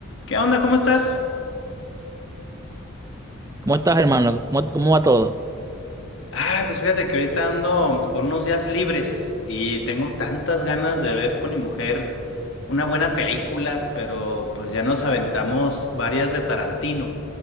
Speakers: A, on the left; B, on the right.
A: ¿Qué onda? ¿Cómo estás?
B: ¿Cómo estás, hermano? ¿Cómo, cómo va todo?
A: Ah, pues fíjate que ahorita ando con unos días libres y tengo tantas ganas de ver con mi mujer una buena película, pero pues ya nos aventamos varias de Tarantino